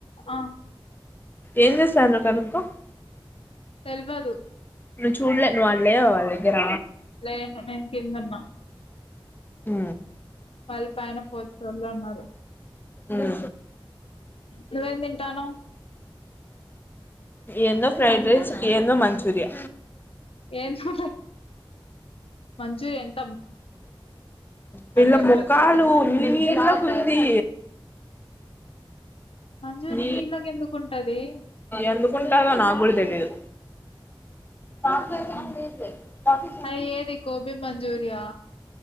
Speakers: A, on the left; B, on the left.
A: ఆ
B: ఏం చేస్తారో కనుకో
A: తెల్వదు
B: నువ్వు చూలే నువ్ లేవా వాళ్ళ దగ్గర
A: లేను నేను కింద ఉన్నా
B: ఆ
A: వాళ్ళ పైన ఫోర్త్ ఫ్లోర్ లో ఉన్నారు
B: ఆ
A: నువ్వేం తింటానవ్
B: ఏందో ఫ్రైడ్ రైస్ ఏందో మంచూరియ
A: ఏం చూ మంజూరియన్
B: వీళ్ల
A: తెల్వదు.
B: ముఖాలు నీళ్లగా ఉంది
A: మంచూరియా
B: న
A: నీళ్ళకెందుకుంటది?
B: ఎందుకుంటాదో నాకు కూడా తెలీయదు ఆ ఫ
A: హుహు. అది ఏది గోబీ మంచూరియా?